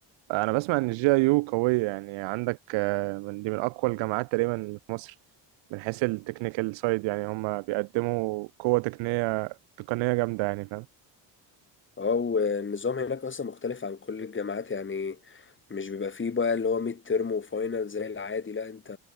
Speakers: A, on the right; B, on the left.
A: انا بسمع ان الجي اي يو قويه يعني عندك آه، من دي من اقوى الجامعات تقريبا اللي في مصر من حيث التكنيكال سايد يعني هم بيقدموا قوه تقنيه تقنيه جامده يعني فاهم
B: اه والنظام هناك اصلا مختلف عن كل الجامعات يعني مش بيبقى فيه بقى اللي هو ميد ترم وفاينل زي العادي لا انت